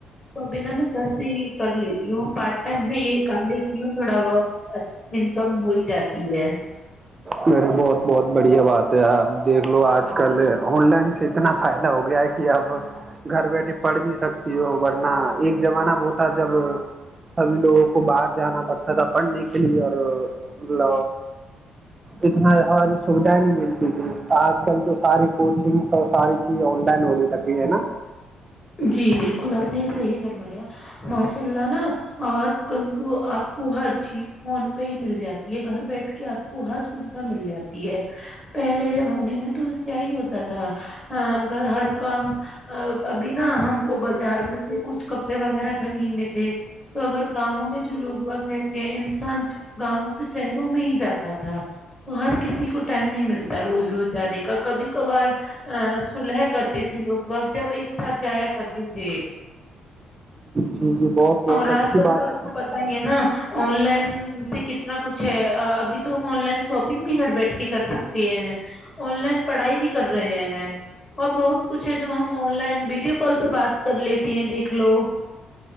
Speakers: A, on the left; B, on the right.
A: توبنا میں گھر کر لیتی ہوں پارٹ ٹائم میں یہ کر دیتی ہوں تھوڑا بہت انکم ہوئی جاتی ہے
B: مے بہت بہت بڑھیا بات ہے آپ دیکھ لو آج کل آن لائن سے اتنا فائدہ ہو گیا ہے کہ آپ گھر بیٹھے پڑھ بھی سکتی ہو ورنہ ایک زمانہ بتا جب سبھی لوگوں کو بات جانا پڑتا اا پڑھنے کے لی اور ل اتنا ساری سویدھائ نہیں ملتی تھی آج کل تو ساری کوچنگ اور ساری چیز آن لائن ہونے لگی ہے نا
A: جی بالکل آپ نے یہ صحیح فرمایا ماشاء اللہ نا آج کل تو آپ کو ہر چیز فون پہ ہی مل جاتی ہے گھر بیٹھ کے آپ کو ہر سوھا مل جاتی ہے پہلے زمانے میں تو کیا ہی ہوتا تھا گھر ہر کام بنا ہم کو بازار میں سے کچھ کپڑے وغیرہ خریدنے تھے تو اگر گاؤوں میں جو لوگ وقت رہتے ہیں انسان گاؤں سے شہروں میں ہی جاتا تھا تو ہر کسی کو ٹائم نہیں ملتا روز روز جانے کا کبھی کبھار سلح کرتے تھے لوگ وقت جب س جایا کرتی تھے
B: جی جی بہت بہت
A: اور آج
B: اچھی
A: کل
B: بات
A: تو آپ
B: ہے
A: کو پتا ہی نا آن لائن سے کتنا کچھ ہے ابھی تو ہم آن لائن شاپنگ بھی گھر بیٹھ کے کر سکتے ہیں آن لائن پڑھائی بھی کر رہے ہیں اور بہت کچھ ہے جو ہم آن لائن ویڈیو کال پہ بات کر لیتی ہیں دیکھ لو